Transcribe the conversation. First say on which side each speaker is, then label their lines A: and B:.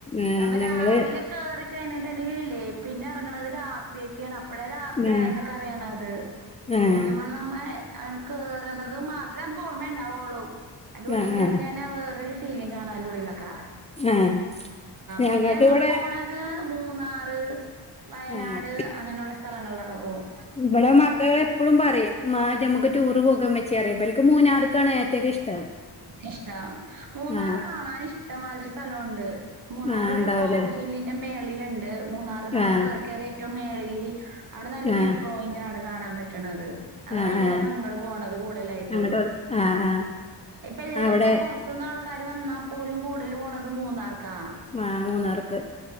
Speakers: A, on the left (about 15°); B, on the right (about 50°).
A: ആഹ്
B: നമ്മ
A: ഞങ്ങള്
B: രാവിലെ കേറി കഴിഞ്ഞിട്ടുണ്ടെങ്കിൽ ഇല്ലേ പിന്നെ ഇറങ്ങണത്- രാത്രിയൊക്കെയാണ്. ഇപ്പടെ രാത്രി
A: ആഹ്
B: ആയ എന്നൊക്കെ- അറിയണ അത്
A: ആഹ്
B: ശരിക്കും പറ നമ്മ- ങ്ങനെ കേറുന്നത് മാത്രമേ നമുക്ക്- ഓർമ്മ ഉണ്ടാവുള്ളൂ അയ്ന്റെ ഉള്ളിൽ
A: ആഹ്
B: കേറി
A: ആഹ്
B: കയ്- വേറെ ഒരു ഫീലിങ്ങാണ് അയ്‌ന്റെ ഉള്ളോലൊക്കെആഹ്
A: ആഹ് ഞങ്ങൾക്ക്
B: പിന്നെ ഞങ്ങള്
A: ഇവിടെ
B: പോണ- ത് മൂന്നാറ്, വയനാട്
A: ആഹ്
B: അങ്ങനെയുള്ള- സ്ഥലങ്ങളിലൊക്കെ പോകും.
A: ഇവിടെ മക്കൾ പ്പോഴും പറയും മ്മാ ഞമ്മക്ക് ടൂറ് പോകാ മ്മച്ചിയേ ഇവര്ക്ക് മൂന്നാർക്കാണ് ഏറ്റവും ഇഷ്ടം.
B: ഇഷ്ടം മൂന്നാർ
A: ആഹ്
B: കാണാൻ ഇഷ്ട- ഇമാതിരി സ്ഥലണ്ട് മൂന്നാർ
A: ആഹ്
B: ഒരു-
A: ഉണ്ടാവൂലേ
B: ടോപ്പ് ഹില്ലിന്റെ മേളിലുണ്ട് മൂന്നാറ് നമുക്ക്
A: ആഹ്
B: കേ- കേറിറ്റവും മേളില് അവിടെ നല്ല
A: ആഹ്
B: വ്യൂ പോയിന്റ് ആണ് കാണാൻ പറ്റണത്. അതാണ്
A: ആഹ്
B: എല്ലാരും
A: ആഹ്
B: അങ്ങോട്- പോണത് കൂടുതലായിട്ടും
A: അങ്ങട്ട് ആഹ് ആഹ്
B: ഇപ്പ എല്ല
A: അവിടെ
B: ഇപ്പോ- മത്തൊന്ന് ആൾക്കാർ വന്നാൽ- പോലും കൂടുതൽ പോണത് മൂന്നാർക്കാണ്.
A: ആഹാ മൂന്നാർക്ക്